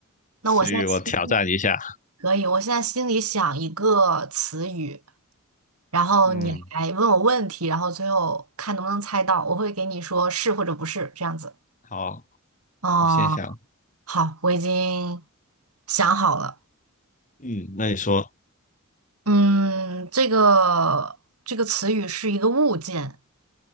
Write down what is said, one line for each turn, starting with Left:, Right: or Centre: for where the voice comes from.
Right: 那我现在心
Left: 词语我挑战一下。
Right: 可以，我现在心里想一个词语，然后你来问我问题，
Left: 嗯，
Right: 然后最后看能不能猜到，我会给你说是或者不是这样子。
Left: 好，
Right: 哦，
Left: 你先想。
Right: 好，我已经想好了。
Left: 嗯，那你说
Right: 嗯，这个这个词语是一个物件，